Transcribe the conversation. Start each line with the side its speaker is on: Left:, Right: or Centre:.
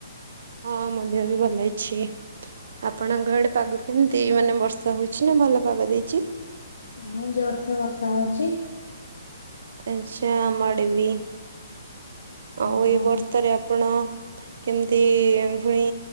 Right: ହଁ ମୋ ଦେହ ବି ଭଲ ଅଛି। ଆପଣଙ୍କ ଏଡେ ପାଗ କେମତି ମାନେ ବର୍ଷା ହଉଛି ନା ଭଲ ଭଲ ପାଗ ଦେଇଛି?
Left: ନାଇଁ ଜୋର ସେ ବର୍ଷା ହଉଛି।
Right: ଆଛା ଆମ ଆଡେ ବି। ଆଉ
Left: ଓହୋ
Right: ଏଇ ବର୍ଷା ରେ ଆପଣ କେମିତି ପୁଣି